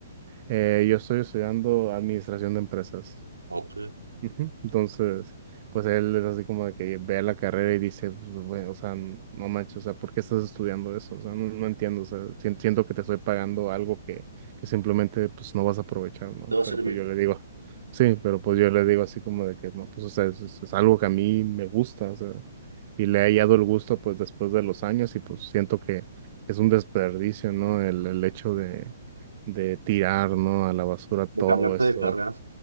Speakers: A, on the right; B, on the right.
A: Eh, yo estoy estudiando administración de empresas.
B: Ok.
A: Ujú. Entonces, pues él es así como de que ve la carrera y dice, pues, güey, o sea, n- no manches, o sea, ¿por qué estás estudiando eso? O sea, no, no entiendo, o sea, sien- siento que te estoy pagando algo que, que simplemente, pues, no vas a aprovechar, ¿no?
B: Te va a
A: Pero
B: servir.
A: pues yo le digo, sí, pero pues yo le digo así como de que, no, pues, o sea, es, es- es algo que a mí me gusta, o sea, y le he hallado el gusto, pues, después de los años y pues siento que es un desperdicio, ¿no? El, el hecho de, de tirar, ¿no? A la basura todo
B: De cambiarte
A: esto
B: de carrera.